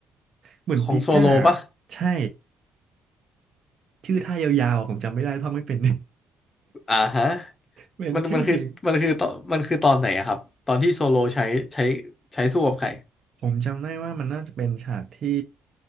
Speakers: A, on the right; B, on the left.
A: เหมือนปิก้า
B: ของโซโลปะ
A: ใช่ชื่อท่ายาวๆอะผมจำไม่ได้ท่องไม่เป็น <laughs>
B: อ่าฮะ
A: เป็นชื่อเพลง
B: มันมันคือมันคือตอนมันคือตอนไหนอะครับตอนที่โซโลใช้ใช้ใช้สู้กับใคร
A: ผมจำได้ว่ามันน่าจะเป็นฉากที่